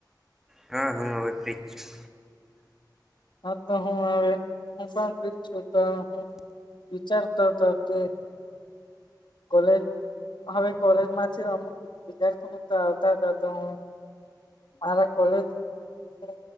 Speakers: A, in the centre; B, on the left (about 85°).
A: હા હું હવે ફ્રી જ છુ.
B: હા તો હુ હવે હુ પણ ફ્રી જ છુ, તો હુ વિચારતો હતો કે કોલેજ હવે કોલેજમાંથી અમુક વિદ્યાર્થી મિત્ર આવતા હતા તો હુ મારા કોલેજના